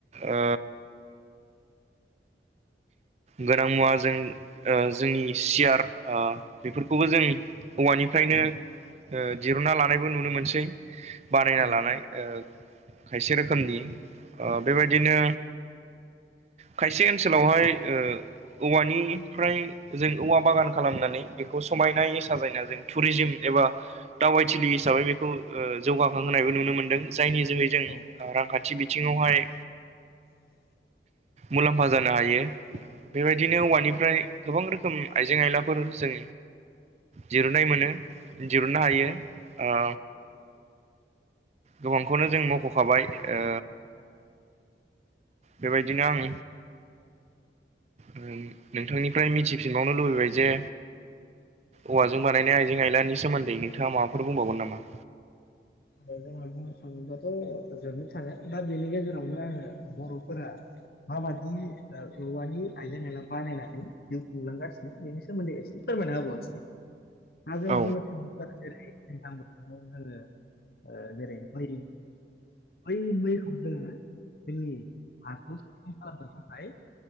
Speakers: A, on the right; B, on the left.
A: ओ गोनां मुवा जों ओ जोंनि सियार ओ बेफोरखौबो जों औवानिफ्रायनो ओ दिरुनना लानायबो नुनो मोनसै बानायना
B: औ
A: लानाय। ओ खायसे रोखोमनि ओ बेबायदिनो खायसे ओनसोलावहाय ओ औवानिफ्राय ओ जों औवा बागान खालामनानै बेखौ समायनायै साजायना जों टुरिजिम एबा दावबायथिलि हिसाबै बेखौ ओ जौगाखांहोनायबो नुनो मोन्दों जायनि जोहै जों
B: औ
A: ओ रांखान्थि बिथिङावहाय
B: <inaudible>
A: मुलाम्फा जागो नो हायो बेबायदिनो औवानिफ्राय गोबां रोखोम आइजें आइलाफोर जों दिरुनाय मोनो दिरुननो हायो
B: औ
A: ओ गोबांखौनो जों मख'खाबाय ओ बेबायदिनो आं ओम नोंथांनिफ्राय मिथिफिनबावनो लुबैबाय जे औवाजों
B: औ
A: बानायनाय आइजें आइलानि सोमोन्दै नोंथाङा माबाफोर बुंबावगोन नामा?
B: ओ जोंहा बुंनो थाङोबाथ' जोबनो थाङो दा बेनि गेजेरावनो आङो बर'फोरा माबादि ओ औवानि आइजें आइला बानायनानै जिउ खुंलांगासिनो बेनि सोमोन्दै एसे फोरमायना होबावनोसै दा जों
A: औ
B: बुंनो थाङोब्ला जेरै दैज्लां बोथोराव जोङो ओ जेरै बै ओ बै मैखौ जोङो जोंनि हाखौ साबसिन खालामनो थाखाय